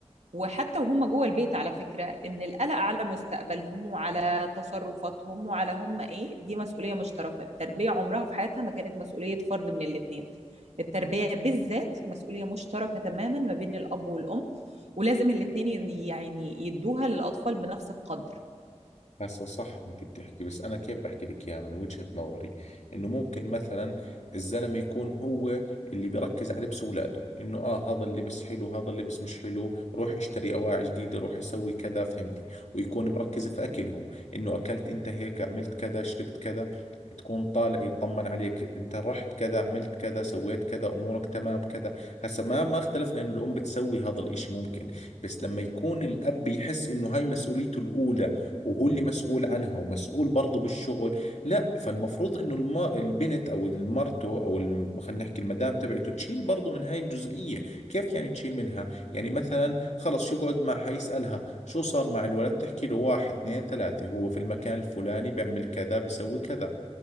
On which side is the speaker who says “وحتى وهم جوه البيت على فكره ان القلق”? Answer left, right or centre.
Right